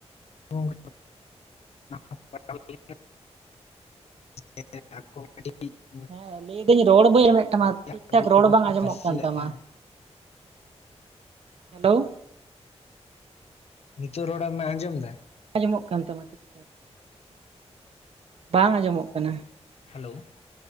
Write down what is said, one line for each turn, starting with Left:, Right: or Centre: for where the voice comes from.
Left: ᱦᱚᱸ <unintelligible> <unintelligible>
Right: ᱦᱮᱸ, ᱞᱟᱹᱭᱫᱟᱹᱧ ᱨᱚᱲ ᱵᱟᱹᱧ ᱮᱢᱮᱫ ᱛᱟᱢᱟ
Left: ᱟᱞᱮᱭᱟᱜ
Right: ᱴᱷᱤᱠ ᱴᱷᱟᱠ
Left: ᱜᱨᱩᱯ
Right: ᱨᱚᱲ
Left: ᱨᱮᱠᱚ
Right: ᱵᱟᱝ ᱟᱸᱡᱚᱢᱚᱜ
Left: ᱢᱮᱥᱮᱡ
Right: ᱠᱟᱱ
Left: ᱞᱮᱫ
Right: ᱛᱟᱢᱟ
Left: ᱛᱟᱦᱮᱸᱜ
Right: ᱾ ᱦᱮᱞᱳ ᱾
Left: ᱱᱤᱛᱚᱜ ᱨᱚᱲ ᱮᱢ ᱟᱸᱡᱚᱢ ᱫᱟ?
Right: ᱟᱸᱡᱚᱢᱚᱜ ᱠᱟᱱ ᱛᱟᱢᱟ ᱴᱷᱤᱠ ᱴᱷᱟᱠ ᱾ ᱵᱟᱝ ᱟᱸᱡᱚᱢᱚᱜ ᱠᱟᱱᱟ ᱾
Left: Hello